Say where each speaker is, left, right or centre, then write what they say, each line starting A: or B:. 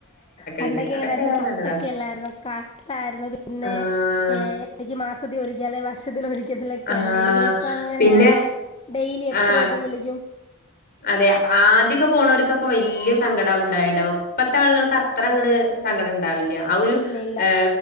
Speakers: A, on the left (about 30°); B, on the left (about 50°).
A: പണ്ടൊക്കെ
B: ഉണ്ട്
A: എങ്ങനൊയിരുന്നു
B: അതൊക്കെ
A: കത്തൊക്കെയല്ലായിരുന്നോ
B: നല്ലതാ
A: കത്തായിരുന്നു പിന്നെ
B: ആഹ്
A: ഏ എടയ്ക്ക് മാസത്തി ഒരി- ക്കലെ വർഷത്തിലൊരി- ക്കലൊക്കെ
B: ആഹ്
A: ആയിരുന്നു വിളിക്കത് ഇപ്പൊ അങ്ങനെയാണോ
B: പിന്നെ
A: ഡെയിലി എത്ര
B: ആഹ്
A: വട്ടം വിളിക്കും
B: അതെ ആദ്യൊക്കെ പോണോർക്കപ്പോ വല്ല്യ സങ്കടവും ഉണ്ടായി ണ്ടാവും ഇപ്പത്തെ ആളുകൾക്ക് അത്ര അങ്ങട് സങ്കടം ഉണ്ടാവില്ല്യ ആ ഒരു
A: ഇല്ല ഇല്ല
B: ഏ